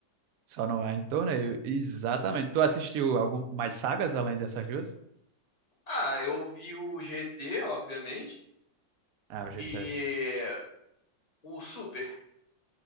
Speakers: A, on the right (about 85°); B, on the left (about 30°).
A: Só não é em torneio. Exatamente. Tu assistiu algum mais sagas além dessas duas?
B: Ah, eu vi o GT, obviamente,
A: Ah, o GTA.
B: e o Super.